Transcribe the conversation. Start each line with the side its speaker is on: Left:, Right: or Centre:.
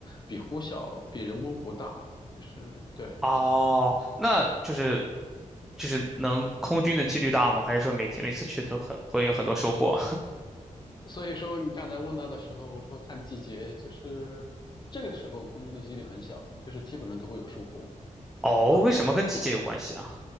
Left: 比湖小，比人工湖大，就是对。
Centre: 哦，那就是就是能空军的几率大吗？还是说每天每次去都很会有很多收获？
Left: 所以说，你刚才问到的时候，我说看季节，就是这个时候空中的几率很小，就是基本上都会有疏忽。
Centre: <laughs> 哦，
Left: 啊
Centre: 为什么跟季节有关系啊？